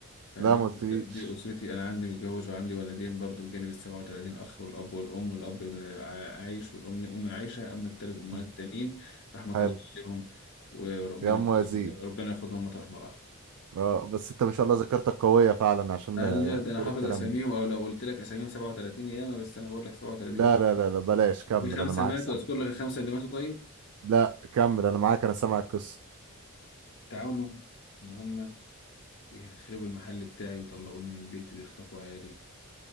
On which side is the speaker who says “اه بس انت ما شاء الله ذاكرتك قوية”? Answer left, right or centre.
Right